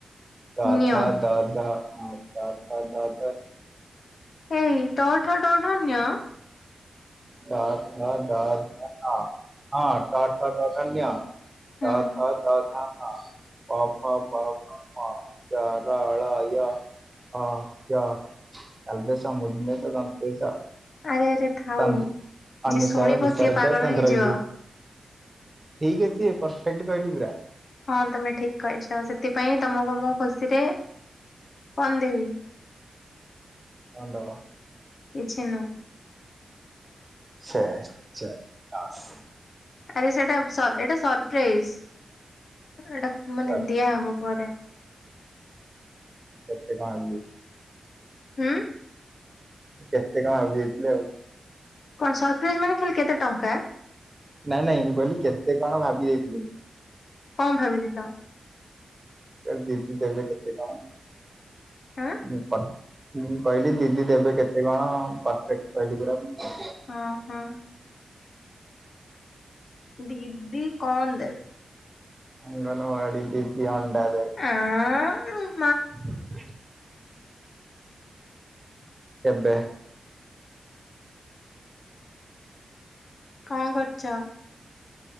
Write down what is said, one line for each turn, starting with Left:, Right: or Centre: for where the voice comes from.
Right: ତ,
Left: ନ୍ୟ
Right: ଥ, ଦ, ଧ, ଅଁ ତ, ଥ, ଦ, ଧ
Left: ଏଇ ଟ ଠ ଡ ଢ ନ୍ୟ?
Right: ତ ଥ ଦ ଧ ନ ହଁ ଟ ଠ ଡ ଢ ଞ। ତ,
Left: ହୁଁ
Right: ଥ, ଦ, ଧ, ନ ପ, ଫ, ବ, ଭ, ମ, ଯ, ର, ଳ, ୟ ହଁ ୟ ତାଲବେଶ, ମୁଧନେଶ, ଦନ୍ତେସ
Left: ଆରେ ଆରେ ଥାଉ
Right: ଚନ୍ଦ
Left: ଯିଏ
Right: ଅନୁସାର,
Left: ଶୁଣିବ
Right: ବିସର୍ଗ,
Left: ସିଏ ପାଗଳ
Right: ଚନ୍ଦ୍ରବିନ୍ଦୁ।
Left: ହେଇଯିବ।
Right: ଠିକ୍ ଅଛି ପରଫେକ୍ଟ କହିଲି ପୁରା।
Left: ହଁ ତମେ ଠିକ୍ କହିଛ ସେଥିପାଇଁ ତମକୁ ମୁଁ ଖୁସିରେ କଣ ଦେବି?
Right: କଣ ଦବ?
Left: କିଛି ନୁହୁଁ।
Right: ସେ ଛେ ଲସ୍
Left: ଆରେ ସେଟା ସର୍ ଏଟା ସରପ୍ରାଇଜ ଆରେ ଏଟା ମାନେ
Right: ସରି
Left: ଦିଆହବ ପରେ।
Right: କେତେ କଣ ଆଣିବେ।
Left: ହୁଁ
Right: କେତେ କଣ ଭାବି ଯାଇଥିଲି ଆଉ।
Left: କଣ ସରପ୍ରାଇଜ ମାନେ ଖାଲି କେତେ ଟଙ୍କା?
Right: ନାଇଁ ନାଇଁ ମୁଁ କହିଲି କେତେ କଣ ଭାବି ଯାଇଥିଲି।
Left: କଣ ଭାବିଥିଲ?
Right: କହିଲି ଦିଦି ଦେବେ କେତେ କଣ
Left: ଆଁ
Right: <unintelligible> ମୁଁ ବି କହିଲି ଦିଦି ଦେବେ କେତେ କଣ ପରଫେକ୍ଟ କହିଲି ପୁରା ମୁଁ।
Left: ହଁ ହଁ ଦିଦି କଣ ଦେବେ?
Right: ଅଙ୍ଗନ ବାଡ଼ି ଦିଦି ଅଣ୍ଡା ଦେବେ।
Left: ଆଁ ଉଁ।
Right: <inaudible> କେବେ?
Left: କଣ କରୁଛ?